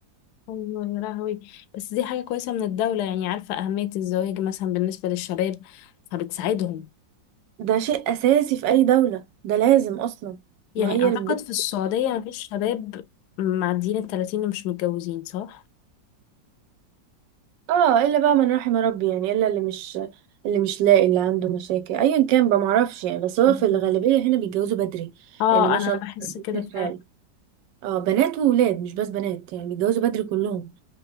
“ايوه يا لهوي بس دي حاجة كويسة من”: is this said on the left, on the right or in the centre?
Left